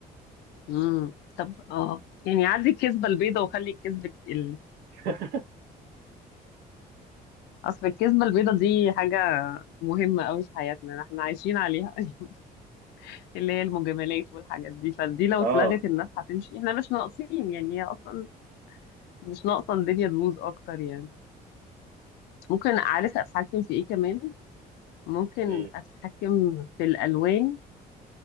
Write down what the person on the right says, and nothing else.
<laughs>
اه
ايه